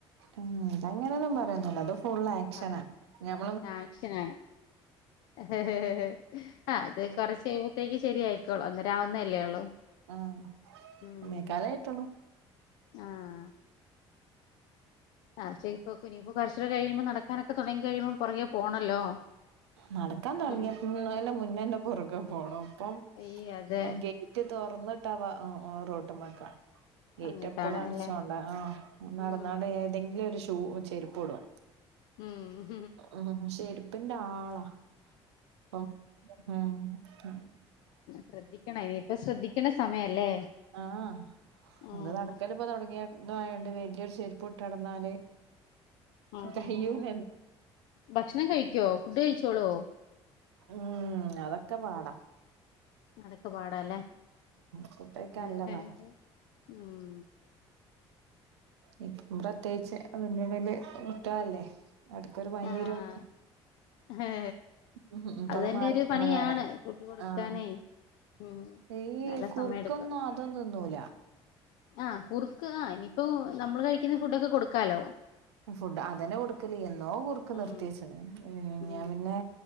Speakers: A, on the right (about 70°); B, on the left (about 60°).
A: ഉം ഇതങ്ങനൊന്നും പറയൊന്നുല്ല
B: ഉം
A: ഇത് ഫുള്ള് ഏക്ഷനാ
B: പറഞ്ഞു
A: ഞം
B: ആക്ഷനാണ് ഹ് ഹ് ആത് കൊറച്ച് കഴിഞ്ഞപ്പോത്തെ ഇയ്ക്ക് ശെരിയായിക്കോളു ഒന്നെര ആവൊന്നെല്ലെ ഒള്ളു
A: ആഹ്
B: ഉം
A: ഒന്നേക്കാലായിട്ടുള്ളൂ
B: ആഹ് അക്ഷെ ഇപ്പൊ കുനിപ്പോ കൊറച്ചൂടെ കഴിയുമ്പോ നടക്കാനൊക്കെ തൊടങ്ങി കഴിയുമ്പോ പുറകെ പോണല്ലോ
A: നടക്കാ തൊടങ്ങ്യഫുള്ളെല
B: ഉം
A: മുന്നെന്നെ പൊറകെ പോണം ഇപ്പം
B: അയ്യേ അതെ
A: ഗെറ്റ് തൊറന്നിട്ടവ റോട്ട്മക്ക ഗേറ്റ്
B: അങ്ങോട്ടാണ്
A: എപ്പളും അടച്ചോണ്ടാ
B: അല്ലെ
A: ആഹ് നടന്നാണ്ട്
B: ഉം
A: ഏതെങ്കിലും ഒരു ഉം ചെരിപ്പ് ഇടും
B: ഉം
A: ഉം ചെരിപ്പിന്റെ ആളാ അപ്പം ഉം ഉം
B: ശ്രദ്ധിക്കണെ ഇനിയിപ്പ ശ്രദ്ധിക്ക്ണ സമയല്ലേ
A: ആഹ് ഹ
B: ഉം
A: ഇന്ന് നടക്കല് ഇപ്പ തൊടങ്ങി ഇതോയാണ്ട് വല്യെരു ചെരിപ്പ് ഇട്ട് നടന്നാല്
B: ഉം
A: കയ്യൂലല്ലോ
B: ഉം ഉം ഭക്ഷണം കഴിക്ക്യാെ ഫുഡ് കഴിച്ചോളോ
A: ഉം അതൊക്കെ പാട
B: അതെക്കെപാട് ഇതാല്ലേ
A: ഫുഡഴിക്കാൻ
B: എ
A: നല്ല പാടാ
B: എനിക് ഉം
A: ഇൻ <unintelligible> ക്കും പ്രത്യേയിച്ച് മെല്ലെ മെല്ലെ മുത്തേളെല്ലേ എടൊക്കൊരു പനി
B: ആഹ്
A: വെരും
B: ഹേ
A: ഉം ഉം ഇപ്പഹ്
B: അത് തന്നെ
A: മാറി
B: ഒരു പണിയാണ്
A: പോണെ നേര
B: ഫുഡ് കൊടുക്കാനേ
A: ആഹ്
B: ഉം
A: ഈ
B: നല്ല
A: ഇ കുറുക്കൊന്നും
B: സമയം എടുക്കും
A: അതും തിന്നൂല
B: ആഹ് കുറുക്ക് ആഹ് ഇനിപ്പോ നമ്മള് കഴിക്കുന്ന ഫുഡൊക്കെ കൊടുക്കാലോ?
A: ഫുഡ് അതന്നെ കൊടുക്കല് എന്നോ കുർക്ക് നിർത്തിവച്ചണ്
B: ഉം
A: ഉ
B: ഉം
A: ഞാൻ പിന്നെ